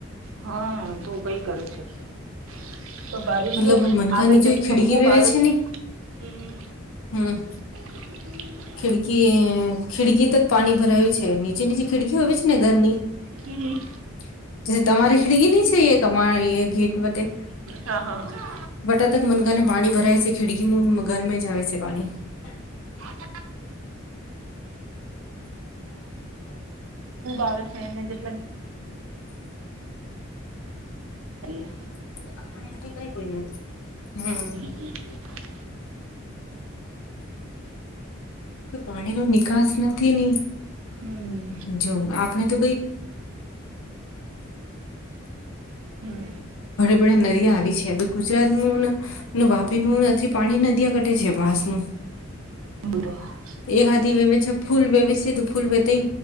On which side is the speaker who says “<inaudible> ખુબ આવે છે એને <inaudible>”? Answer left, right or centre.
Right